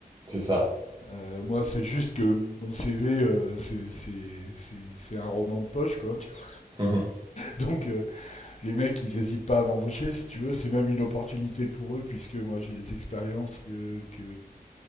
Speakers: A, on the right (about 25°); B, on the left (about 45°).
A: c'est ça. <laughs>
B: Euh, moi, c'est juste que mon CV, euh, c'est- c'est c'est- c'est un roman de poche, quoi. tu vois.
A: Mhm.
B: Donc, euh, les mecs, ils n'hésitent pas à m'embaucher, si tu veux. C'est même une opportunité pour eux, puisque moi, j'ai des expériences que, que,